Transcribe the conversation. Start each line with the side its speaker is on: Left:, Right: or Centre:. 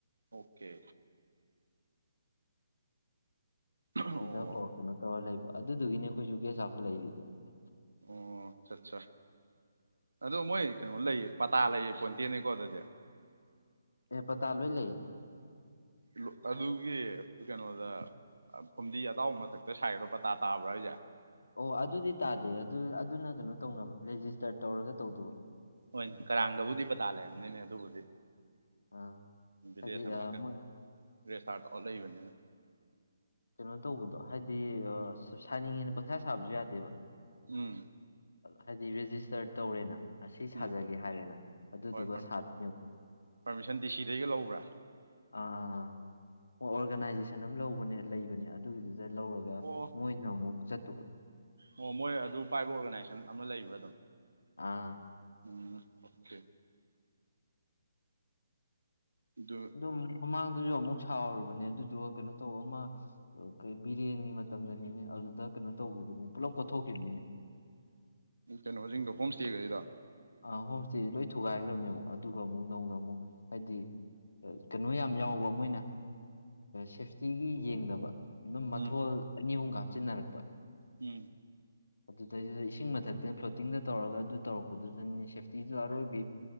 Right: ꯑꯣꯀꯦ ꯑꯣ
Left: ꯁꯤꯗ ꯍꯣ ꯀꯩꯅꯣ ꯇꯧꯔ ꯂꯩꯕ ꯑꯗꯨꯗꯨꯒꯤꯅꯦ <unintelligible> ꯒꯦꯁ ꯍꯥꯎꯁ <unintelligible>
Right: ꯑꯣ ꯆꯥ ꯆꯥ ꯑꯗꯣ ꯃꯣꯏ ꯀꯩꯅꯣ ꯂꯩꯌꯦ ꯄꯇꯥ ꯂꯩꯌꯦ ꯄꯣꯟꯇꯦꯅꯦꯀꯣ ꯑꯗꯗꯤ
Left: ꯑꯦ ꯄꯇꯥ ꯂꯣꯏ ꯂꯩꯌꯦ
Right: <unintelligible> ꯑꯗꯨꯒꯤ ꯀꯩꯅꯣꯗ ꯐꯨꯝꯗꯤ ꯑꯇꯥꯎꯕ ꯃꯊꯛꯇ ꯁꯥꯏꯗꫭ ꯄꯇꯥ ꯇꯥꯕ꯭ꯔꫭ ꯍꯥꯏꯖꯦ
Left: ꯑꯣ ꯑꯗꯨꯗꯤ ꯇꯥꯗꯦ ꯑꯗꯨ ꯑꯗꯨꯅ ꯀꯅꯣ ꯇꯧꯅꯕ ꯔꯦꯖꯤꯁꯇꯔ ꯇꯧꯔꯒ ꯇꯧꯗꯧꯕ
Right: ꯍꯣꯏꯅꯦ ꯀꯔꯥꯡꯗꯕꯨꯗꯤ ꯄꯇꯥ ꯂꯩꯔꯝꯅꯤꯅꯦ ꯑꯗꯨꯕꯨꯗꯤ
Left: ꯑꯥ
Right: ꯚꯤꯂꯦꯖ
Left: ꯍꯥꯏꯗꯤ
Right: ꯑꯃ ꯀꯅꯣ
Left: ꯃꯣꯏ
Right: ꯔꯦꯁꯇꯥꯔ ꯇꯧꯔ ꯂꯩꯕꯅꯤꯅ
Left: ꯀꯅꯣ ꯇꯧꯕꯗꯣ ꯍꯥꯏꯗꯤ ꯁꯥꯅꯤꯡꯉꯦꯅ ꯄꯪꯁꯥ ꯁꯥꯕꯖꯨ ꯌꯥꯗꯦꯕ
Right: ꯎꯝ
Left: ꯍꯥꯏꯗꯤ ꯔꯦꯖꯤꯁꯇꯔ ꯇꯧꯔꯦꯅ ꯑꯁꯤ ꯁꯥꯖꯒꯦ
Right: ꯎꯝ
Left: ꯍꯥꯏꯔꯦꯅ ꯑꯗꯨꯗꯨꯒ
Right: ꯍꯣꯏ ꯄꯔ-
Left: ꯁꯥꯗꯣꯏꯅꯦ ꯑ
Right: ꯄꯔꯃꯤꯁꯟ ꯗꯤ ꯁꯤꯗꯩꯒ ꯂꯧꯕ꯭ꯔꯥ
Left: ꯑ ꯑ ꯑꯣꯔꯒꯅꯥꯏꯖꯦꯁꯟ
Right: ꯑꯣ
Left: ꯑꯝ ꯂꯧꯕꯅꯦ ꯂꯩꯕꯅꯦ ꯑꯗꯨꯒꯤꯗꯨꯗ ꯂꯧꯔꯒ
Right: ꯑꯣ
Left: ꯃꯣꯏꯅ ꯑꯃꯨꯛ ꯆꯠꯇꯧꯕ
Right: ꯑꯣ ꯃꯣꯏ ꯑꯗꯨ ꯄꯥꯏꯕ ꯑꯣꯔꯒꯅꯥꯏꯖꯦꯁꯟ ꯑꯃ ꯂꯩꯕ꯭ꯔ ꯑꯗꯨꯝ
Left: ꯑꯥ
Right: ꯎꯝ ꯑꯣꯀꯦ ꯑꯗꯨ
Left: ꯑꯗꯨꯝ ꯃꯃꯥꯡ ꯑꯗꯨꯖꯨ ꯑꯃꯨꯛ ꯁꯥꯎꯔꯨꯕꯅꯦ ꯑꯗꯨꯗꯨꯒ ꯀꯅꯣ ꯇꯧꯋꫭ ꯑꯃ ꯀꯩ ꯕꯤꯔꯦꯟꯒꯤ ꯃꯇꯝꯗꯅꯤꯅꯦ ꯑꯗꯨꯗ ꯀꯩꯅꯣ ꯇꯧꯒꯤꯕꯅꯤꯅꯦ ꯄꯨꯂꯞ ꯀꯣꯠꯊꯣꯛꯈꯤꯝꯅꯤꯅꯦ
Right: ꯀꯩꯅꯣꯖꯤꯡꯗꯣ ꯍꯣꯝ ꯏꯁꯇꯦ ꯒꯩꯗꯣ
Left: ꯑ ꯍꯣꯝ ꯏꯁꯇꯦ ꯂꯣꯏ ꯊꯨꯒꯥꯏꯒ꯭ꯔꯝꯅꯦ ꯑꯗꯨꯒ ꯑꯃꯨꯛ ꯅꯧꯅ ꯑꯃꯨꯛ ꯍꯥꯏꯗꯤ ꯀꯩꯅꯣ ꯌꯥꯝ ꯌꯥꯎꯕ ꯃꯣꯏꯅ ꯁꯦꯐꯇꯤꯒꯤ ꯌꯦꯡꯗꯕ ꯑꯗꯨꯝ ꯃꯊꯣꯜ
Right: ꯎꯝ
Left: ꯑꯅꯤ ꯑꯍꯨꯝꯒ ꯍꯥꯞꯆꯤꯟꯅꯔꯛꯄ
Right: ꯎꯝ
Left: ꯑꯗꯨꯗꯩꯗꯨꯗ ꯏꯁꯤꯡ ꯃꯊꯛꯇ ꯐ꯭ꯂꯣꯇꯤꯡꯗ ꯇꯧꯔꯒ ꯑꯗꯨ ꯇꯧꯔꯛꯄꯗꯨꯗꯅꯦ ꯁꯦꯐꯇꯤꯗꯨ ꯑꯔꯣꯏꯕꯤ